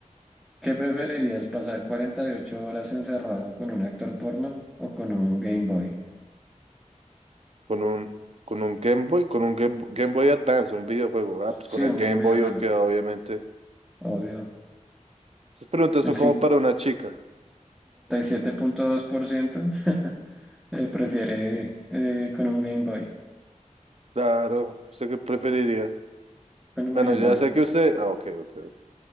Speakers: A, in the centre; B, on the right.
A: ¿Qué preferirías, pasar 48 horas encerrado con un actor porno o con un Game Boy?
B: Con un, con un Game Boy, con un Game, Game Boy Advance, un videojuego. Ah, pues
A: Sí,
B: con el
A: un
B: Game
A: videojuego,
B: Boy yo queda obviamente.
A: obvio.
B: Estas preguntas
A: El
B: son como para una chica.
A: 50 57.2% <laughs> eh, prefiere eh, con un Game Boy.
B: Claro, ¿usted qué preferiría?
A: Con un
B: Bueno,
A: Game
B: ya
A: Boy.
B: sé que usted... Ah, ok, ok, ok.